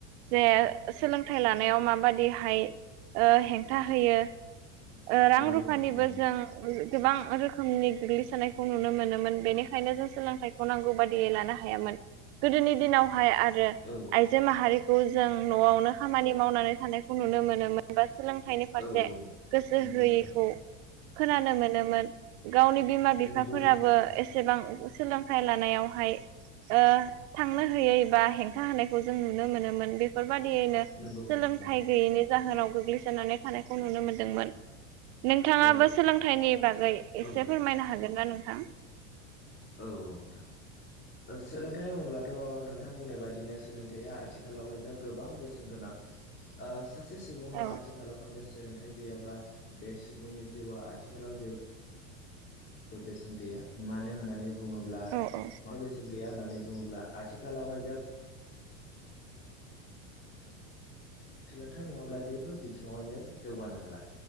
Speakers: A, on the right; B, on the left.
A: जे सोलोंथाइ लानायाव माबादिहाय ओ हेंथा होयो ओ रां
B: नंगौ
A: रुफानिबो
B: नोंथां नंगौ
A: जों गोबां रोखोमनि गोग्लैसोनायखौ नुनो मोनोमोन बेनिखायनो जों सोलोंथाइखौ नांगौ बादियै लानो हायामोन। गोदोनि दिनावहाय आरो
B: औ
A: आइजो माहारि खौ जों न'आवनो खामानि मावनानै थानायखौ नुनो मोनोमोन बा सोलोंथाइनि फारसे।
B: औ
A: गोसो
B: नंगौ
A: होयैखौ
B: नोंथां
A: खोनानो मोनोमोन। गावनि बिमा
B: नंगौ
A: बिफाफोराबो
B: नोंथां नंगौ
A: एसेबां सोलोंथाइ लानायावहाय ओ थांनो होयै बा हेंथा होनायखौ जों नुनो मोनोमोन बेफोर बादियैनो
B: नंगौ नोंथां
A: सोलोंथाइ
B: नंगौ
A: गैयैनि जाहोनाव गोग्लैसोनानै थानायखौ नुनो मोनदोंमोन। नोंथाङाबो
B: औ
A: सोलोंथाइनि बागै
B: औ
A: एसे
B: नोंथां
A: फोरमायनो हागोन ना नोंथां
B: औ ओंथां सोलोंथाइ बुङोब्लाथ' नोंथां बुंनाय बायदिनो सोलोंथाइया आथिखालावहाय जा गोबां बेसेन गोनां ओ सासे सुबुंनाव
A: औ
B: आथिखालावहाय सोलोंथाइ गैयाब्ला बे सुबुंनि जिउआ आथिखालाव जेबो बेसेन गैया मानो होननानै बुङोब्ला
A: औ औ
B: मा बेसेन गैया होननानै बुङोब्ला आथिखालावहाय जा सोलोंथाइ नङाब्ला जेबो बिथिङावहायनो जौगानो हाला